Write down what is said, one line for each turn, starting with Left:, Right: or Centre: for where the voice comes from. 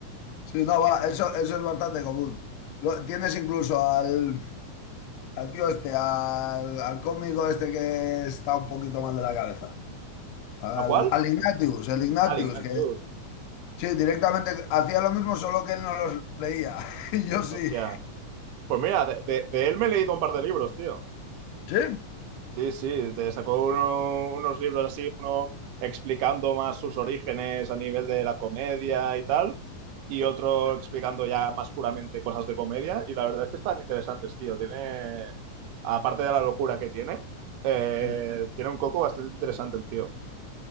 Left: Sí, no, va, eso, eso es bastante común. Lo- tienes incluso al, al tío este, al, al cómico este que está un poquito mal de la cabeza. Al,
Right: ¿A cuál?
Left: al Ignatius, el Ignatius,
Right: Al Ignatius.
Left: que, Sí, directamente hacía lo mismo, solo que él no los leía. <laughs> Y Yo sí.
Right: Hostia. Pues mira, de, de- de él me he leído un par de libros, tío.
Left: Sí,
Right: Sí, sí, te sacó uno- unos libros así, uno explicando más sus orígenes a nivel de la comedia y tal, y otro explicando ya más puramente cosas de comedia, y la verdad es que están interesantes, tío. Tiene, aparte de la locura que tiene, eh,
Left: sí.
Right: tiene un coco bastante interesante el tío.